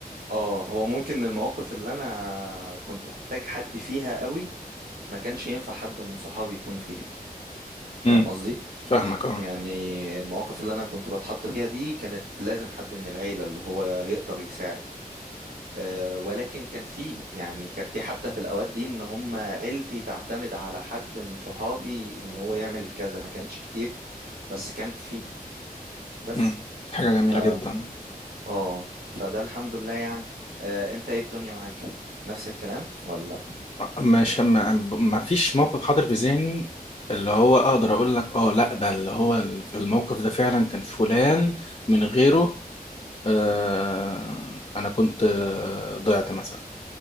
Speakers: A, on the right; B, on the left.
A: اه هو ممكن المواقف اللي انا كنت محتاج حد فيها قوي ما كانش ينفع حد من صحابي يكون فيها فاهم
B: امم
A: قصدي
B: فاهمك اه
A: يعني المواقف اللي انا كنت بتحط فيها دي كانت لازم حد من العيلة اللي هو يقدر يساعد أه ولكن كان فيه يعني كان في حتى في الاوقات دي ان هم عيلتي تعتمد على حد من صحابي ان هو يعمل كذا ما كانتش كتير بس كانت فيه بس
B: امم حاجه جميله
A: ف
B: جدا
A: اه فده الحمد لله يعني آه، انت ايه الدنيا معاك نفس الكلام ولا
B: مش ما, ما فيش موقف حاضر في ذهني اللي هو اقدر اقول لك اه لا ده اللي هو في الموقف ده فعلا كان فلان من غيره آه، انا كنت آه، ضعت مثلا